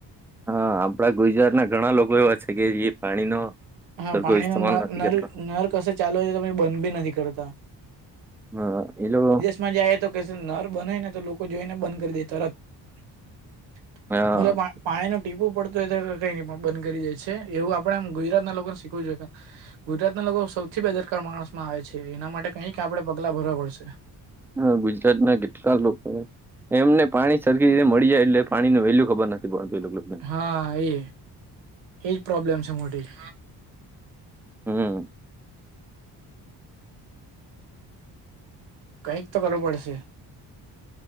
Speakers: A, in the centre; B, on the right (about 75°).
A: હા આપણા ગુજરાત ના ઘણા લોકો એવા છે કે જે પાણીનો-
B: હા
A: સરખો
B: પાણી
A: ઇસ્તેમાલ
B: ન
A: નથી
B: ન
A: કરતા
B: નર કશે ચાલુ હોય તો પ બંધ બી નથી કરતા-
A: હા એલું-
B: માં જાય તો ક નર બને ને તો લોકો જોઈને બંધ કરી દેતા ર <unintelligible>
A: હા
B: પાણી ન ટીપવું પડતુંય તો કઈ બંધ કરી જાય છે એવું આપણેમ ગુજરાત ના લોકોને શીખવું જોયે - ગુજરાતના લોકો સૌથી બેદરકાર માણસમાં આવે છે. એના માટે કઈક આપડણે પગલા ભરવા પડશે-
A: હ ગુજરાત ના કેટલા લોકો- એમને પાણી સરખીને મળી જાય એટલે પાણી ન વેલ્યુ ખબર નથી પડતું એને-
B: હા એ એજ પ્રોબ્લેમ છે. મોટી-
A: હમ
B: કઈક તો કરવો પડશે-